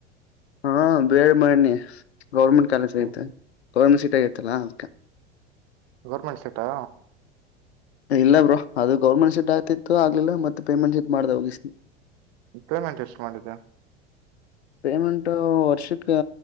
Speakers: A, on the left; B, on the right.
A: ಹಾ ಬೇಳ್ ಮ್ಣಿ ಗೌರ್ಮೆಂಟ್ ಕಾಲೇಜ್
B: ಹ್ಮ
A: ಐತೆ ಗೌರ್ಮೆಂಟ್ <unintelligible>
B: ಗೌರ್ಮೆಂಟ್ ಸೆಟ್ಟಾ
A: ಇಲ್ಲ ಬ್ರೋ ಅದು ಗೌರ್ಮೆಂಟ್ ಶೀಟ್ ಆಯತಿತ್ತು ಆಗ್ಲಿಲ್ಲ ಮತ್ತೆ ಪೇಮೆಂಟ್ ಶೀಟ್ ಮಾಡ್ದ ಹೋಗಿಸ
B: ಪೇಮೆಂಟ್ ಎಷ್ಟು ಮಾಡಿದ
A: ಪೇಮೆಂಟು ವರ್ಷಕ್ಕೆ